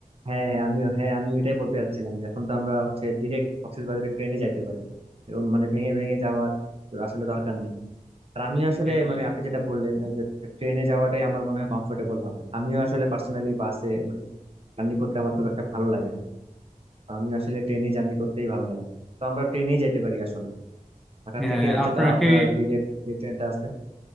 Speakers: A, on the right; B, in the centre.
A: হ্যাঁ হ্যাঁ আমিও হ্যাঁ আমি এটাই বলতে চাচ্ছিলাম যে এখন তো আমরা হচ্ছে ডিরেক্ট কক্সবাজারের ট্রেনে যাইতে পারি এরকম মানে ভেঙে ভেঙে যাওয়ার তো আসলে দরকার নেই আর আমিও আসলে
B: হুম।
A: মানে আপনি যেটা বললেন ওই যে ট্রেনে যাওয়াটাই আমার মনে হয় কমফোর্টেবল হবে আমিও আসলে পার্সোনালি বাসে মানে জার্নি করতে আমার খুব একটা ভালো লাগে না তো আমি আসলে ট্রেনে জার্নি করতেই ভালো লাগে তো আমরা ট্রেনেই যাইতে পারি আসলে ঢাকা
B: হ্যাঁ
A: থেকে হচ্ছে
B: আপনার
A: তো আপনার
B: কি
A: ডিরেক্ট যে ট্রেনটা আছে